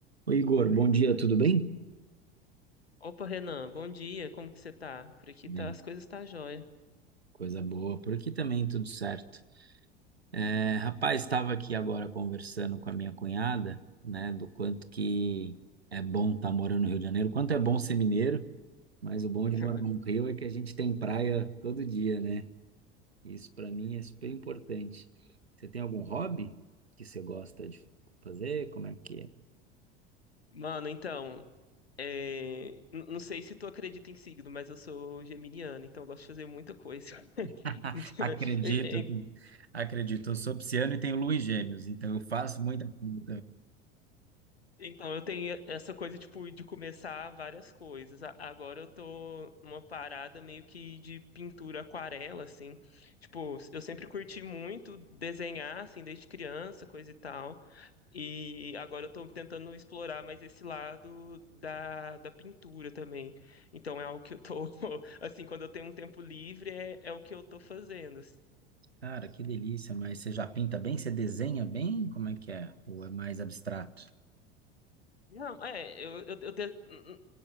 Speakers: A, on the right (about 85°); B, on the left (about 80°).
A: Oi, Igor, bom dia, tudo bem?
B: Opa, Renan, bom dia, como que você tá? Por aqui
A: Bem,
B: tá, as coisas tá jóia.
A: Coisa boa, por aqui também tudo certo. É, rapaz, estava aqui agora conversando com a minha cunhada, né, do quanto que é bom estar morando no Rio de Janeiro, quanto é bom ser mineiro, mas o bom
B: <laughs>
A: de morar no Rio é que a gente tem praia todo dia, né? Isso para mim é super importante. Você tem algum hobby que você gosta de fazer? Como é que é?
B: Mano, então, é, n- não sei se tu acredita em signo, mas eu sou geminiano, então eu gosto de fazer muita coisa. <laughs>
A: <laughs> Acredito,
B: E- e-
A: acredito. Eu sou pisciano e tenho lua em gêmeos, então eu faço muita coisa
B: Então, eu tenho essa coisa, tipo, de começar várias coisas. A- Agora eu tô numa parada meio que de pintura aquarela, assim. Tipo, eu sempre curti muito desenhar, assim, desde criança, coisa e tal. E agora eu estou tentando explorar mais esse lado da, da pintura também. Então é algo que eu tô, <laughs> assim, quando eu tenho um tempo livre, é, é o que eu tô fazendo.
A: Cara, que delícia, mas você já pinta bem? Você desenha bem? Como é que é? Ou é mais abstrato?
B: Não, é, eu, eu, eu de- n- n-